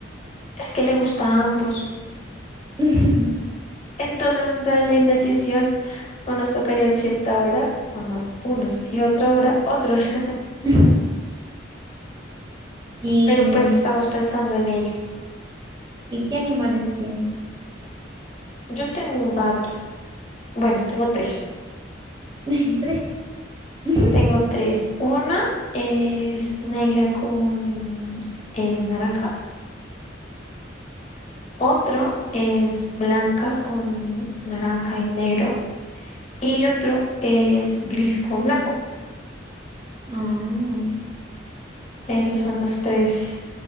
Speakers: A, on the left; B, on the right.
A: Es que le gusta a ambos.
B: <laughs>
A: Entonces esa es la indecisión. Unos tocarían cierta hora, uno- unos, y otra hora, otros. <laughs>
B: <laughs> ¿Y,
A: Pero pues estamos pensando en ello.
B: ¿y qué animales tienes?
A: Yo tengo un gato. Bueno, tengo tres.
B: <laughs> Tres. <laughs>
A: Tengo tres. Una es negra con eh, naranja. Otro es blanca con naranja y negro. Y otro es gris con blanco.
B: Ah.
A: Ellos son los tres